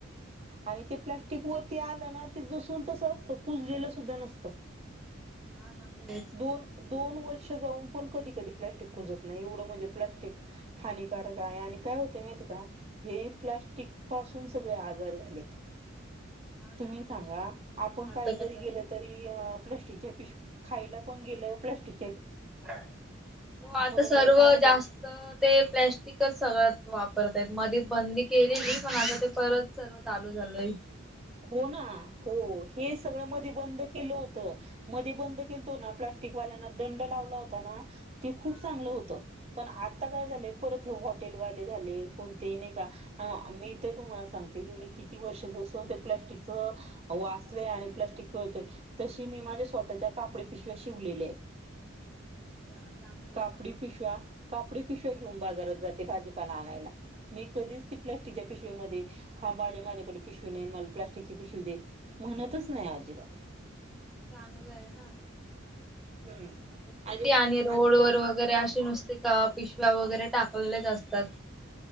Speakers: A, on the right; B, in the centre.
A: आणि हो प्लास्टिक वरती आलं ना ते जसून तस असतं कुजलेलं सुद्धा नसतं.
B: हा ना तेच
A: दोन दोन वर्ष पण कधी कधी प्लास्टिक कुजत नाही एवढं म्हणजे प्लास्टिक हानिकारक आहे आणि काय होतय माहित हे प्लास्टिक पासून सगळे आजर झालेत.
B: हा ना
A: तुम्ही सांगा
B: प्लॅस्टिक
A: आपण
B: घातकच
A: काही जरी
B: आहे.
A: गेल तरी प्लास्टिक च्या पिशवीत खायाला पण केल प्लास्टिक
B: हो आता सर्व
A: काही पार्सल
B: जास्त ते प्लॅस्टिकच सगळ वापरताय मध्ये बंदी केलेली पण आता ते परत सर्व चालू झालंय.
A: हो ना हो हे सगळं मग ते बंद केलं होत मध्ये बंद केलतो ना प्लास्टिक वाल्याना दंड लावला होता. ते खूप
B: हा
A: चांगलं होतं. पण आता काय झालं परत, हॉटेलवाले झाले कोणते नाही का मी तर तुम्हाला सांगते की, मी किती वर्ष अस होत. प्लास्टिकच वास लय आणि प्लास्टिक कळतय तशी मी माझ्या स्वतः कापडी पिशव्या शिवलेले.
B: अच्छा चांगलं
A: कापडी
B: आहे
A: पिशव्या कापडी पिशव्या घेऊन बाजारात जाते. भाजीपाला आणायला मी कधीच ती प्लास्टिकच्या पिशवी मध्ये हा माझ्याकडे पिशवी नाही मला प्लास्टिकची पिशवी दे म्हणतच नाही अजिबात,
B: चांगलं आहे ना.
A: हम्म
B: आता किती
A: अजी
B: आणि रोड
A: अजिबात
B: वर वगैरे असे नुसते का पिशव्या वगैरे टाक असतात